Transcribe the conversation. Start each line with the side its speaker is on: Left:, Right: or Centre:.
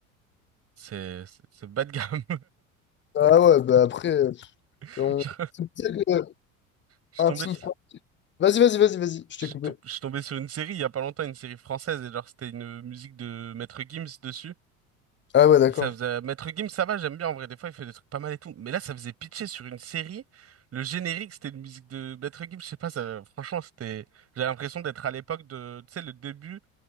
Right: c'est c'est c'est bas de gamme.
Left: Ah ouais, bah après, euh,
Right: <laughs>
Left: on...
Right: Je
Left: c'est pour ça que, euh,
Right: je suis
Left: un
Right: tombé,
Left: film.
Right: sur-
Left: Vas-y, vas-y, vas-y, vas-y, je
Right: je
Left: t'ai
Right: suis
Left: coupé.
Right: tom- je suis tombé sur une série il y a pas longtemps, une série française et genre c'était une musique de Maître Gims dessus.
Left: Ah ouais, d'accord.
Right: Ça faisait... Maître Gims, ça va, j'aime bien en vrai. Des fois, il fait des trucs pas mal et tout. Mais là, ça faisait pitcher sur une série. Le générique, c'était une musique de Maître Gims. Je sais pas, ça- franchement, c'était. J'ai l'impression d'être à l'époque de, tu sais, le début